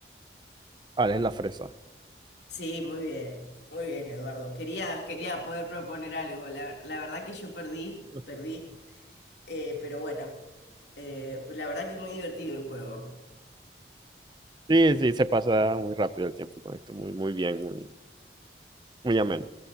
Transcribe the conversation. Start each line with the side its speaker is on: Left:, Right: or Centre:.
Right: Vale, es la fresa.
Left: sí, muy bien. Muy bien, Eduardo. Quería, quería poder proponer algo. La, la verdad que yo perdí,
Right: <laughs>
Left: perdí. Eh, pero bueno, eh, la verdad que muy divertido el juego.
Right: Sí, sí, se pasa muy rápido el tiempo con esto, muy, muy bien, muy, muy ameno.